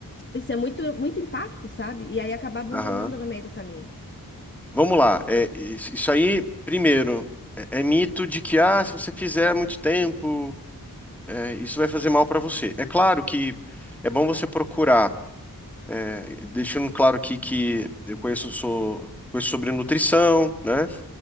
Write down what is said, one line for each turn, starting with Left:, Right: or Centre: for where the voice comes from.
Left: isso é muito muito impacto, sabe? E aí acabar abandonando
Centre: Aham.
Left: no meio do caminho.
Centre: Vamos lá. É, isso isso aí, primeiro, é, é mito de que ah, se você fizer muito tempo, é, isso vai fazer mal para você. É claro que é bom você procurar. É, deixando claro aqui que eu conheço, sou, conheço sobre nutrição, né?